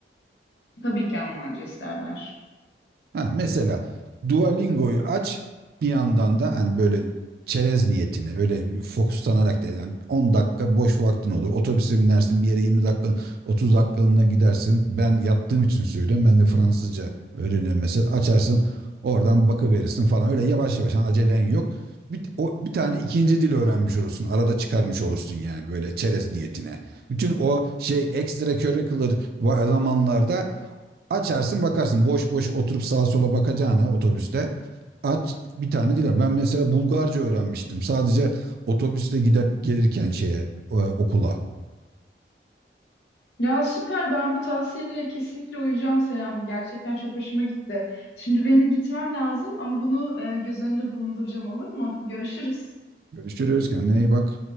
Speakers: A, on the left (about 80°); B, on the right (about 55°).
A: Tabii ki Almanca isterler.
B: Ha, mesela Duolingo'yu aç bir yandan da hani böyle çerez niyetine öyle fokuslanarak da yani 10 dakika boş vaktin olur. Otobüse binersin bir yere 20 dakika 30 dakikalığına gidersin. Ben yaptığım için söylüyorum. Ben de Fransızca öğreniyorum mesela. Açarsın oradan bakıverirsin falan öyle yavaş yavaş hani acelen yok. Bir, o, bir tane ikinci dil öğrenmiş olursun. Arada çıkarmış olursun yani böyle çerez niyetine. Bütün o şey ekstra curricular va- zamanlarda Açarsın bakarsın. Boş boş oturup sağa sola bakacağına otobüste. Aç bir tane dil. Ben mesela Bulgarca öğrenmiştim. Sadece otobüsle gidip gelirken şeye e, okula.
A: Ya süper ben bu tavsiyene kesinlikle uyacağım Selami. Gerçekten çok hoşuma gitti. Şimdi benim gitmem lazım ama bunu e, göz önünde bulunduracağım olur mu? Görüşürüz.
B: Görüşürüz kendine iyi bak.